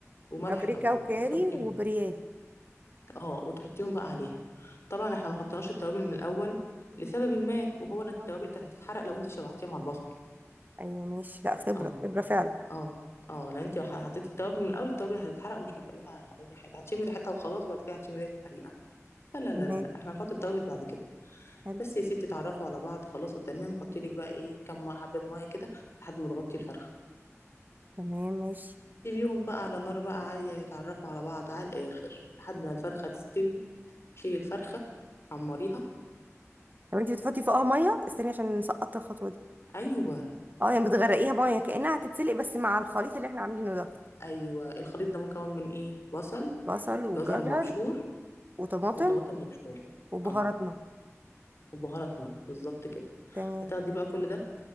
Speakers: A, on the left; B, on the right.
A: وملح
B: بابريكا
A: طبعا
B: وكاري
A: وتحطيهم
B: وبرياني
A: اه وتحطيهم بقى عليها طبعا احنا ما حطيناش التوابل من الاول لسبب ما وهو ان التوابل
B: مم.
A: كانت هتتحرق لو انت شوحتيها مع البصل
B: ايوه ماشي لا خبره
A: اه
B: خبره فعلا
A: اه اه لو انت حطيتي التوابل من الاول التوابل هتتحرق ومش هيبقى ليها اي حاجه هتشمي ريحتها وخلاص بعد كده هتشمي ريحه حريقه لا لا لا
B: تمام
A: لا لا، احنا هنحط التوابل بعد كده
B: حلو
A: بس يا ستي اتعرفوا على بعض خلاص وتمام حطي لك بقى ايه كم حبه ميه كده لحد ما تغطي الفرخه
B: تمام ماشي
A: سيبيهم بقى على نار بقى عاليه يتعرفوا على بعض على الاخر لحد ما الفرخه تستوي شيلي الفرخه حمريها
B: طب انت بتحطي فوقها ميه استني عشان سقطت الخطوه دي
A: ايوه
B: اه يعني بتغرقيها ميه كانها هتتسلق بس مع الخليط اللي احنا عاملينه ده
A: ايوه الخليط ده مكون من ايه بصل
B: بصل وجزر
A: جزر مبشور
B: وطماطم
A: وطماطم مبشوره
B: وبهاراتنا
A: اه وبهاراتنا بالظبط كده
B: تمام
A: هتاخدي بقى كل ده